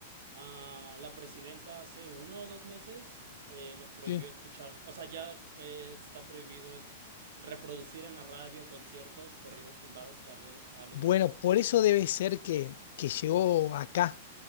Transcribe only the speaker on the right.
ah, la presidenta hace uno o dos meses eh, nos prohibió
escuchar, o sea, ya eh, está prohibido es- reproducir en la radio conciertos, corridos tumbados que arbe- hablen
del narcotráfico.